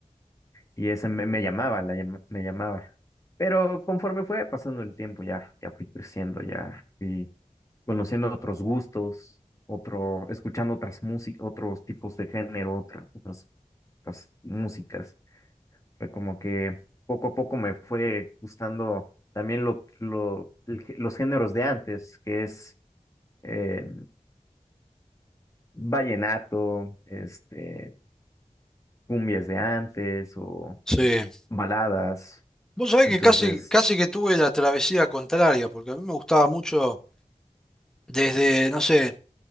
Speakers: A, on the left (about 25°); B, in the centre.
A: y ese me, me llamaba, la llama- me llamaba. Pero conforme fue pasando el tiempo, ya, ya fui creciendo, ya fui conociendo otros gustos, otro, escuchando otras músicas, otros tipos de género, otra- otras, otras músicas. Fue como que poco a poco me fue gustando también lo, lo- el gé- los géneros de antes, que es eh, vallenato, este, cumbias de antes o
B: Sí.
A: baladas.
B: Vos sabés
A: Entonces,
B: que casi, casi que tuve la travesía contraria, porque a mí me gustaba mucho desde, no sé.